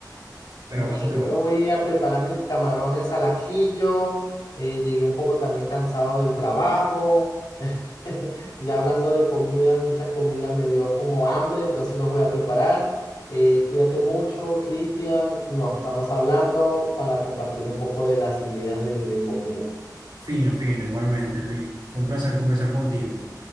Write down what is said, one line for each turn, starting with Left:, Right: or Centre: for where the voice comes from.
Right: pero
Left: Bueno,
Right: bastante
Left: yo
Right: bueno.
Left: me voy a preparar mis camarones al ajillo. eh, llegué un poco también cansado del trabajo. <laughs> Ya hablando de comidas, muchas comidas me dio como hambre, entonces los voy a preparar. Eh, cuídate mucho, Cristian. Nos estamos hablando para compartir un poco de las ideas de de comidas.
Right: Fino, fino, igualmente, Luis. Fue un placer conversar contigo.